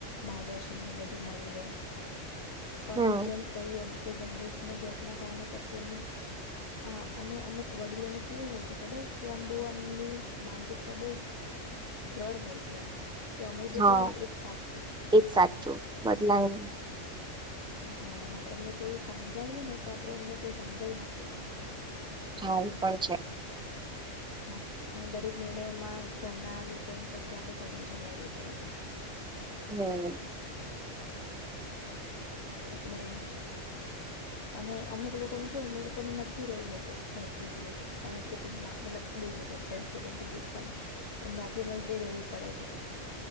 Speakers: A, on the left; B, in the centre.
A: માર્ગદર્શન એ બધું મળી રે પણ
B: હમ
A: જેમ કયુ એમ કે જનરેશનલ ગેપના કારણે પછી અમુક અ અને અમુક વડીલોને કેવું હોય છે ખબર કે આમ બહુ આમની માનસિકતા બહુ દ્રળ હોય છે એમ કે અમે જે
B: હા
A: કહીએ ને એજ સાચું
B: એજ સાચું બદલાય
A: હા અને આપણે એમને કઈ સમજાવીએ ને તો આપણે એમને કઈ સમજાઈ ના શકીએ.
B: હા એ પણ છે.
A: હા અને દરેક નિર્ણયોમાં ઘરના લોકોની પછી આપણે પરમિશન લેવી પડે
B: હમ
A: એટલે અને અમુક લોકોને કેવું અમુક લોકોને નથી રેવું હોયતું ઘરથી દૂર સંયુક્ત કુટુંબમાં મતલબ દૂર એમ સંયુક્ત કુટુંબથી દૂર પણ નોકરી ના લીધે રેવું પડે છે પછી